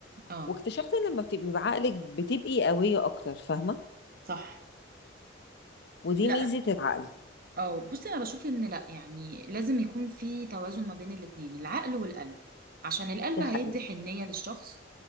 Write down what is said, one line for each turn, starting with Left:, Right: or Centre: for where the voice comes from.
Right: اه
Left: واكتشفت ان لما بتبقي بعقلك بتبقي قوية اكتر فاهمة
Right: صح
Left: ودي
Right: لا
Left: ميزة العقل
Right: اه بصي انا بشوف ان لا يعني لازم يكون في توازن ما بين الاتنين العقل والقلب عشان القلب
Left: دي
Right: هيدي
Left: حقيقة
Right: حنية للشخص